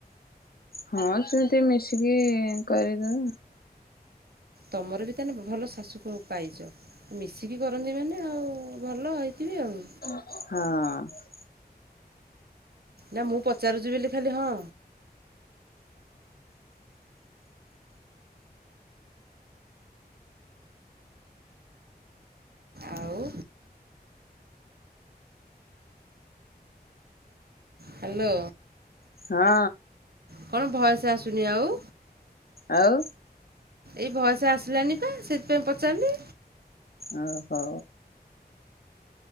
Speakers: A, on the left (about 65°); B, on the right (about 70°).
A: ହଁ ସିମତି ମିଶିକି କରିଦଉ।
B: ତମର ବି ତାନେ ଭଲ ଶାଶୁ ପ ପାଇଚ। ମିଶିକି କରନ୍ତି ମାନେ ଆଉ ଭଲ ହେଇଥିବେ ଆଉ।
A: ହଁ।
B: ନା ମୁଁ ପଚାରୁଚି ବେଲି ଖାଲି ହଁ। ଆଉ ହାଲୋ।
A: ହଁ।
B: କଣ ଭଏସ୍ ଆସୁନି ଆଉ।
A: ଆଉ।
B: ଏଇ ଭଏସ୍ ଆସିଲାନି ପା ସେଇଥିପାଇଁ ପଚାରିଲି।
A: ଓ ହୋ।